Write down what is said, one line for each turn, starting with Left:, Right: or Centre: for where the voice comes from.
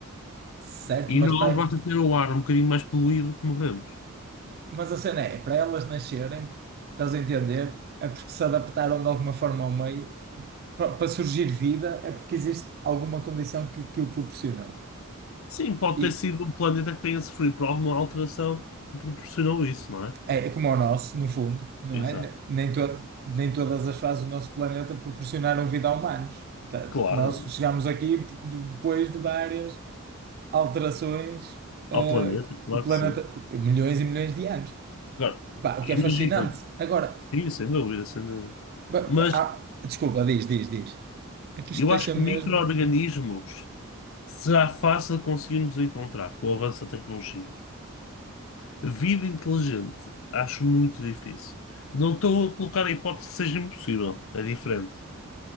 Right: Certo,
Left: E
Right: mas
Left: nós
Right: para.
Left: basta ter o ar um bocadinho mais poluído que morremos.
Right: Mas a cena é, é para elas nascerem, estás a entender? É porque se adaptaram de alguma forma ao meio. Pa- Para surgir vida é porque existe alguma condição que, que o proporcionou.
Left: Sim, pode
Right: E
Left: ter sido um planeta que tenha sofrido por alguma alteração que proporcionou isso, não é?
Right: é, é como o nosso, no fundo, não
Left: Exato.
Right: é? Ne- Nem, todo, nem todas as fases do nosso planeta proporcionaram vida a humanos. Portanto,
Left: Claro,
Right: Nós chegámos aqui p- depois de várias alterações, ah,
Left: Ao planeta,
Right: que
Left: claro
Right: que o planeta,
Left: que sim.
Right: que- milhões e milhões de anos.
Left: Agora,
Right: Pá, o
Left: imagina,
Right: que é fascinante. Agora.
Left: sim, sem dúvida, sem dúvida.
Right: Ba-
Left: Mas
Right: ah, desculpa, diz, diz, diz. Aqui
Left: eu
Right: isto deixa
Left: acho que
Right: mesmo.
Left: micro-organismos será fácil conseguirmos encontrar com o avanço da tecnologia. Vida inteligente, acho muito difícil. Não estou a colocar a hipótese que seja impossível, é diferente.